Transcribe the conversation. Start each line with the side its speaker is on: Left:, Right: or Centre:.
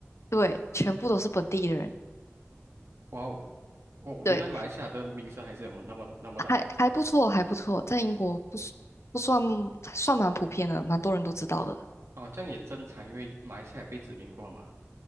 Left: 对，全部都是本地的人，
Right: 哇哦，哦，
Left: 对，
Right: 原来马来西亚的名声还是有那么的那么的好。
Left: 还还不错，还不错，在英国不是不算算蛮普遍的，蛮多人都知道的。
Right: 哦，这样也正常，因为马来西亚也被殖民过嘛。